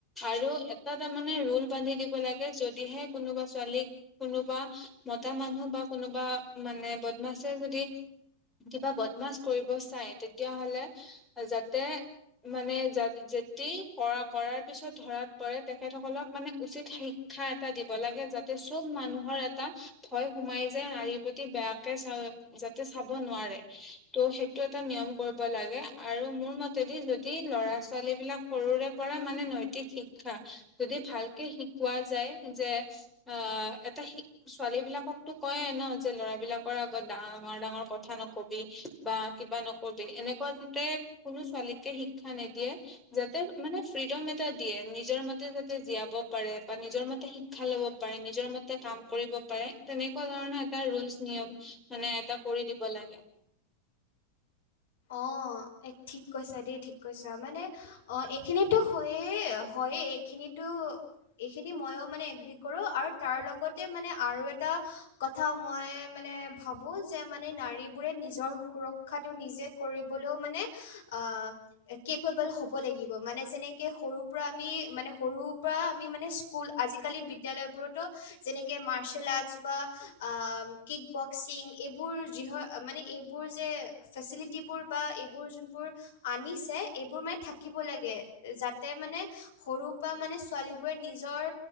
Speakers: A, in the centre; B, on the left.
A: আৰু এটা তাৰমানে ৰোল বান্ধি দিব লাগে যদিহে কোনোবা ছোৱালীক- কোনোবা মতা মানুহ বা কোনোবা মানে বদমাছে যদি। কিবা বদমাছ কৰিব চাই তেতিয়াহ'লে যাতে- মানে যেতি কৰা কৰাৰ পিছত ধৰাত পৰে তেখেতসকলক মানে উচিত শি- ক্ষা এটা দিব লাগে যাতে চব মানুহৰ এটা- ভয় সোমাই যোয় নাৰীৰ প্ৰতি বেয়াকে চা যাতে চাব নোৱাৰে। ত' সেইটো এটা নিয়ম কৰিব লাগে আৰু মোৰ মতেদি যদি ল'ৰা ছোৱালী বিলাক- সৰুৰে পৰা মানে নৈতিক শিক্ষা যদি ভালকে শিকোৱা যায় যে- অ' এটা ছোৱালী বিলাকতো কয় ন' যে ল'ৰা বিলাকৰ আগত ডাঙৰ ডাঙৰ- কথা নকবি। বা কিবা নকবি এনেকুৱা যতে কোনো ছোৱালীকে শিক্ষা নিদিয়ে। যাতে মানে ফ্ৰীডম এটা দিয়ে নিজৰ মতে- যাতে জীয়াব পাৰে বা নিজৰ মতে শিক্ষা ল'ব পাৰে নিজৰ মত- তে কাম কৰিব পাৰে তেনেকুৱা ধৰণে এটা ৰুলচ নিয়ম মানে এটা কৰি দিব লাগে।
B: অঁ' এক ঠিক কৈছা দেই ঠিক কৈছা মানে- অঁ' এইখিনোতো হয়ে হয়েই এইখিনিতো- এইখিনি ময়ো মানে এগ্ৰী কৰোঁ আৰু তাৰ লগতে মানে আৰু এটা- কথা মই মানে ভাবো যে মানে নাৰী বোৰে নিজৰ সুৰক্ষাটো নিজে- কৰিবলৈও মানে অঁ'। কেপেবল হ'ব লাগিব মানে যেনেকে সৰুৰ পৰা আমি মানে সৰু পৰা আমি মানে স্কুল- আজিকালি বিদ্যালয়বোৰতো যেনেকৈ মাৰ্চেল আৰ্টছ বা- অ' কিক বক্সিং এইবোৰ যি হয় মানে এইবোৰ যে ফেছেলিটি- টি বোৰ বা এইবোৰ যোনবোৰ আনিছে এইবোৰ মানে থাকিব লাগে যাতে মানে- সৰু পৰা মানে ছোৱালীবোৰে নিজৰ